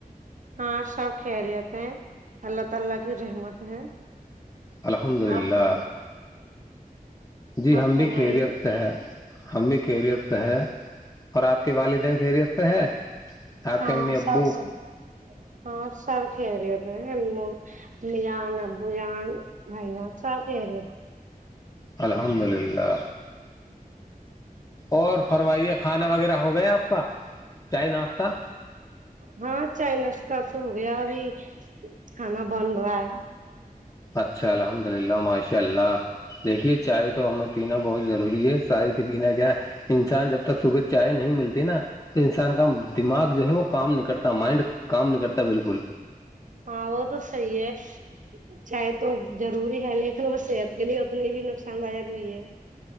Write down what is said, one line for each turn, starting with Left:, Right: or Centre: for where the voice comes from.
Right: ہاں سب خیریت ہے اللہ تعالی کی رحمت ہے
Left: الحمد للہ
Right: آپ فرم
Left: جی
Right: آپ
Left: ہم بھی
Right: فرمائیے
Left: خیریت سے ہیں ہم بھی خیریت ہے اور آپ کے والدین خیریت سے ہے آپ
Right: ہاں
Left: کے امی ابو
Right: سب ک ہاں سب کھیری اب امی جان ابو جان بھائی جان سب کہہ رہے ہو
Left: الحمد للہ اور فرمائیے کھانا وغیرہ ہو گیا آپ کا چائے ناشتہ
Right: ہاں چائے ناشتہ تو ہو گیا ابھی کھانا بن رہا ہے
Left: اچھا الحمد للہ ماشاء اللہ دیکھیے چائے تو ہمیں پینا بہت ضروری ہے چائے کے پین کیا انسان جب تک صبح چائے نہیں ملتی نا تو انسان کا دماغ جو ہے وہ کام نکلتا مائنڈ کام نہیں کرتا بالکل
Right: ا تو سیے چاہے تو روری ہے لیکن وہ صحت کے لیے اتنی بھی نقصان داک بھی ہے